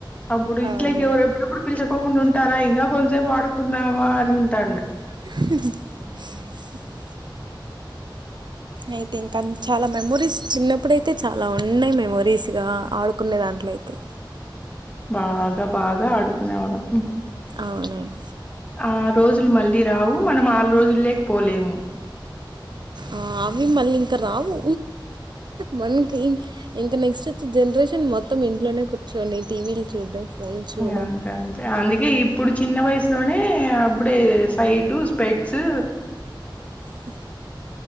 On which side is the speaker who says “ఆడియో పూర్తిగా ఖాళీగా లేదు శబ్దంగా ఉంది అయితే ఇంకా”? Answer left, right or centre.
Right